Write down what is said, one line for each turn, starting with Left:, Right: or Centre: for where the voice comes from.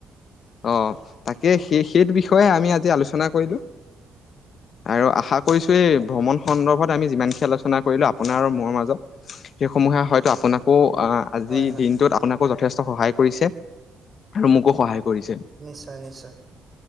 Left: আহ তাকে সেই সেইটো বিষয়ে আমি আজি আলোচনা কৰিলো আৰু আশা কৰিছো এই ভ্ৰমণ সন্দৰ্ভত আমি যিমানখিন আলোচনা কৰিলো আপোনাৰ আৰু মোৰ মাজত সেইসমূহে হয়তো আপোনাকো অ আজিৰ
Right: হয় হয়
Left: দিনটোত আপোনাক যথেষ্ট সহায় কৰিছে আৰু মোকো কৰিছে
Right: নিশ্চয় নিশ্চয়